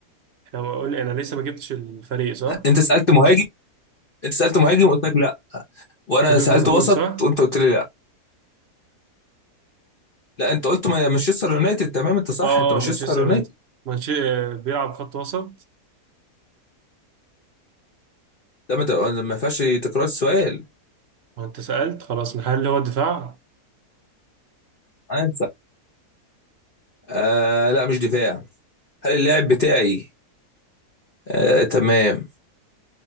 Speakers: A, on the right; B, on the left.
A: احنا قلنا انا لسه ما جبتش الفريق صح؟
B: انت سألت مهاجم انت سألت مهاجم قلت لك لا وانا
A: في ليفربول
B: سألت وسط
A: صح؟
B: وانت قلت لي لا لا انت قلت ما- مانشستر يونايتد تمام انت صح
A: اه
B: انت مانشستر
A: مانشستر
B: يونايتد
A: يونايتد مانشستر بيلعب خط وسط
B: ده ما ت- ما فيهاش تكرار السؤال
A: وانت سألت خلاص هل هو الدفاع؟
B: عارف. آه لا مش دفاع هل اللاعب بتاعي آه، تمام